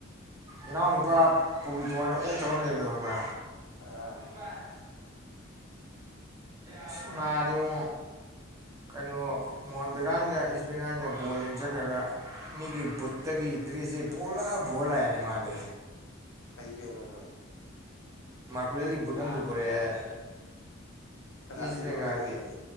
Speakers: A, on the right (about 15°); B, on the left (about 85°).
A: ꯏꯅꯥꯎ ꯅꯨꯄꯥ ꯄꯣꯕꯤꯇꯣ ꯍꯥꯏꯅ ꯑꯣꯛꯇꯕ ꯑꯃ ꯂꯩꯕꯗꯣ ꯈꯪꯕ꯭ꯔꯥ
B: ꯑꯥ
A: <unintelligible> ꯑꯁ ꯃꯥꯗꯤꯉꯣ ꯀꯩꯅꯣ ꯃꯣꯍꯣꯟ ꯕꯦꯒꯥꯟꯒ ꯏꯁ ꯕꯦꯡꯒꯥꯟꯒ ꯕꯣꯜ ꯌꯦꯡꯖꯠꯈ꯭ꯔꯒ ꯃꯤꯒꯤ ꯕꯨꯠꯇꯒꯤ ꯗ꯭ꯔꯤꯁꯦ ꯄꯨꯂꯞ ꯄꯨꯔꯂꯥꯛꯑꯦꯅꯦ ꯃꯥꯗꯤ
B: ꯐꯩ ꯀꯩꯅꯣ ꯑꯗꯣ
A: ꯃꯥꯔꯀ꯭ꯔꯨꯋꯦꯜꯒꯤ ꯕꯨꯠ ꯑꯃꯁꯨ ꯄꯨꯔꯛꯑꯦ
B: ꯀꯅꯥꯗꯒꯤ
A: ꯏꯁ ꯕꯦꯡꯒꯥꯜꯒꯤ
B: ꯂꯧꯔꯛꯏꯅꯦ ꯍꯥꯏꯕꯗꯨ